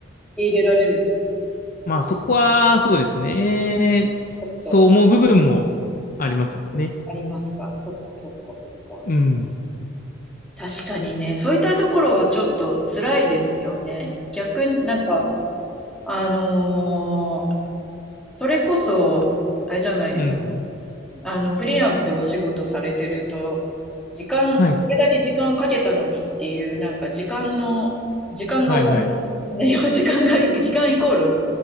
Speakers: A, in the centre; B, on the left.
A: 入れられる
B: まあ、そこは、そうですね。
A: コスト
B: そう思う部分もありますよね。
A: ありますか。そっか、そっか、そっか。
B: うん。
A: 確かにね、そういったところはちょっと辛いですよね。逆になんか、あのーそれこそ、あれじゃないですか。
B: うん。
A: あの、フリーランスでお仕事されてると、時間、
B: はい。
A: これだけ時間かけたのにっていう、なんか時間の、時間がお金、
B: はい、はい。
A: ね、<laughs> 時間が、時間イコールお